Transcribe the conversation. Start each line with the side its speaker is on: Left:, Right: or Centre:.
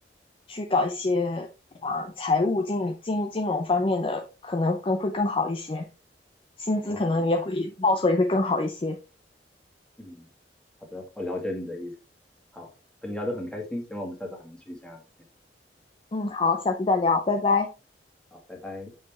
Left: 去搞一些啊财务金、金金融方面的，可能更会更好一些，薪资可能也会高
Centre: 啊。
Left: 一些。
Centre: 嗯，好的，我了解你的意思。好，和你聊得很开心，希望我们下次还能继续这样聊天。
Left: 嗯，好，下次再聊，拜拜。
Centre: 好，拜拜。